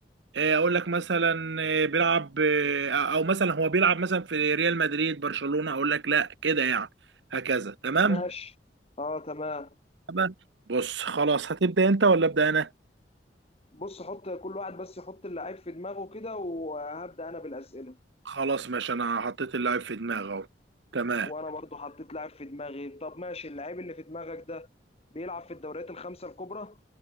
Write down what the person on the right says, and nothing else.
آه، اقول لك مثلا آه، بيلعب آه، او مثلا هو بيلعب مثلا في ريال مدريد برشلونة اقول لك لا كده يعني هكذا تمام
تمام. بص خلاص هتبدأ انت ولا ابدأ انا
خلاص ماشي انا حطيت اللاعب في دماغي اهو تمام